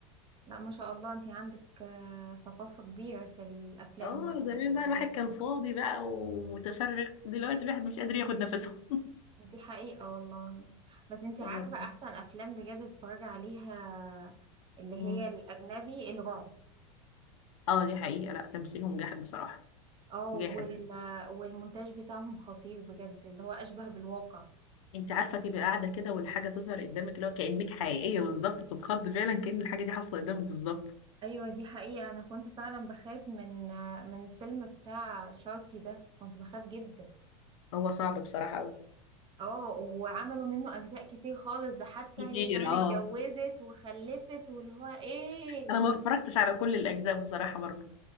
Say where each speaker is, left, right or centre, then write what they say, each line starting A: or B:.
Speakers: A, on the right; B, on the left.
A: لا ما شاء الله انت عندك آه، ثقافه كبيره في الافلام
B: اه
A: والمسلسلات
B: زمان بقى الواحد كان
A: والحاجات
B: فاضي بقى ومتفرغ دلوقتي الواحد مش قادر ياخد نفسه <laughs>
A: دي حقيقة والله بس انت عارفة
B: يلا ربنا.
A: احسن افلام بجد اتفرج عليها اللي
B: مم.
A: هي الاجنبي الرعب
B: اه دي حقيقه لا تمثيلهم جاحد بصراحه
A: اه
B: جاحد
A: وال... والمونتاج بتاعهم خطير بجد اللي هو اشبه بالواقع
B: انت عارفه تبقى قاعده كده والحاجه تظهر قدامك اللي هو كانك حقيقيه بالظبط بتتخض فعلا كأن الحاجه دي حاصله قدامك بالظبط
A: ايوه دي حقيقة انا كنت فعلا بخاف من من فيلم بتاع شاركي ده كنت بخاف جدا
B: هو صعب بصراحه قوي
A: اه وعملوا منه اجزاء كتير خالص ده حتى
B: كتير
A: هي كمان
B: اه
A: اتجوزت وخلفت واللي هو ايه
B: انا ما اتفرجتش على كل الاجزاء بصراحه برضه